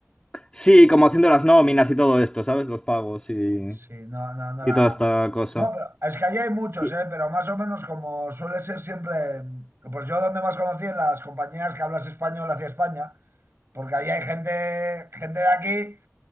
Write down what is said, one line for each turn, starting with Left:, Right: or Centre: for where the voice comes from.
Left: Sí, como haciendo las nóminas y todo esto, ¿sabes? Los pagos y,
Right: Sí, no, no, no
Left: y
Right: la...
Left: toda esta cosa.
Right: No, pero es que allí hay muchos,
Left: Y-
Right: ¿eh? Pero más o menos como suele ser siempre... Pues yo donde más conocí en las compañías que hablas español hacia España, porque ahí hay gente, gente de aquí